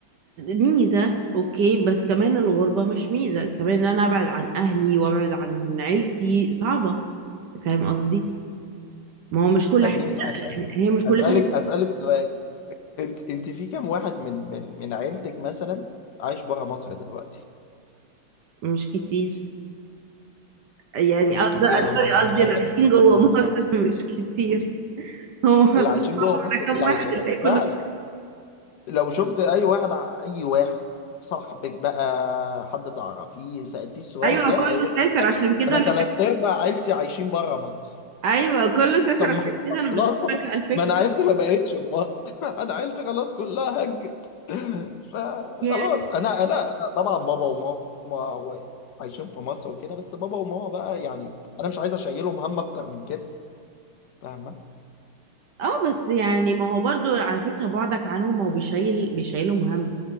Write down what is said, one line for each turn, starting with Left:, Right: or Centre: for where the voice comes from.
Right: ميزه اوكي بس كمان الغربه مش ميزه كمان ان انا ابعد عن اهلي وابعد عن عيلتي صعبه فاهم قصدي ما هو مش كل
Left: خليني
Right: حاجه
Left: أسألك
Right: هي مش كلها
Left: أسألك أسألك سؤال انت انت في كام واحد من من من عيلتك مثلا عايش بره مصر دلوقتي
Right: مش كتير يعني
Left: مش
Right: قصدي
Left: كتير اللي هم
Right: سوري
Left: كام
Right: قصدي
Left: واحد
Right: اللي عايشين
Left: اصلا
Right: جوه
Left: كام واحد؟
Right: مصر <laughs> مش كتير هو مصر
Left: اللي عايشين جوه مصر
Right: كام
Left: اللي
Right: واحد
Left: عايش
Right: الباقي كله
Left: فعلا لو شفت اي واحد ع- اي واحد صاحبك بقى حد تعرفيه سألتيه السؤال
Right: ايوه
Left: ده
Right: كله
Left: هيقول
Right: سافر
Left: لك لا
Right: عشان كده
Left: انا
Right: انا
Left: ثلاث
Right: ب...
Left: ارباع عيلتي عايشين بره مصر
Right: ايوه كله سافر
Left: طب ما
Right: عشان كده
Left: <laughs>
Right: انا مش
Left: خلاص
Right: بشجع الفكره
Left: ما انا عيلتي ما بقتش في مصر <laughs> انا عيلتي خلاص كلها هجت <laughs> فخلاص
Right: يعني
Left: انا انا انا طبعا بابا وماما عايشين في مصر وكده بس بابا وماما بقى يعني انا مش عايز اشيلهم هم اكتر من كده فاهمه
Right: اه بس يعني ما هو برضو على فكره بعدك عنهم هو بيشيل بيشيله مهم